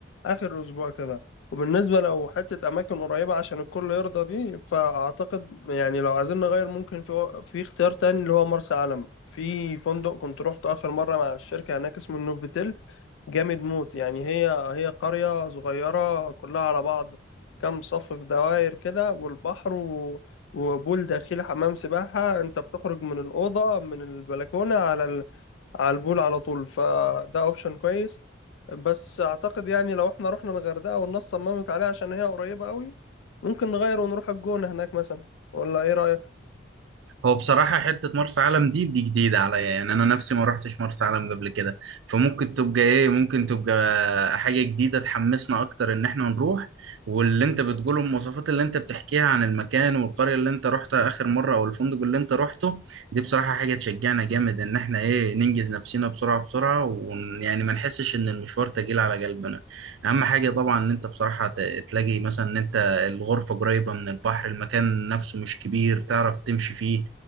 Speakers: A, on the left; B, on the right.
A: اخر اسبوع كده وبالنسبه لو حته اماكن قريبه عشان الكل يرضى دي فاعتقد يعني لو عايزين نغير ممكن في في اختيار تاني اللي هو مرسى علم في فندق كنت روحته اخر مره مع الشركه هناك اسمه النوفيتيل جامد موت يعني هي هي قرية صغيرة كلها على بعض كام صف في دوائر كده والبحر وبول داخلي حمام سباحة انت بتخرج من الأوضة من البلكونة على ال... على البول على طول فده اوبشن كويس بس اعتقد يعني لو احنا رحنا الغردقة والناس صممت عليها عشان هي قريبة قوي ممكن نغير ونروح الجونة هناك مثلا ولا ايه رأيك
B: هو بصراحة حتة مرسى علم دي دي جديدة عليا يعني أنا نفسي ما روحتش مرسى علم قبل كده فممكن تبقى إيه ممكن تبقى حاجة جديدة تحمسنا أكتر إن إحنا نروح واللي أنت بتقوله المواصفات اللي أنت بتحكيها عن المكان والقرية اللي أنت روحتها آخر مرة أو الفندق اللي أنت روحته دي بصراحة حاجة تشجعنا جامد إن إحنا إيه ننجز نفسنا بسرعة بسرعة ويعني ما نحسش إن المشوار تقيل على قلبنا أهم حاجة طبعا إن أنت بصراحة ت- تلاقي مثلا إن أنت الغرفة قريبة من البحر المكان نفسه مش كبير تعرف تمشي فيه